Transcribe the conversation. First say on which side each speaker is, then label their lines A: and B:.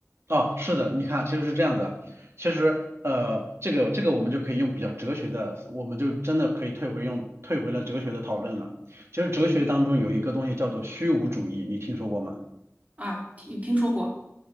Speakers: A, on the right; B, on the right.
A: 哦，是的，你看，其实是这样子啊其实，呃，这个这个我们就可以用比较哲学的，我们就真的可以退回用退回了哲学的讨论了。其实哲学当中有一个东西叫做虚无主义，你听说过吗？
B: 啊，听听说过，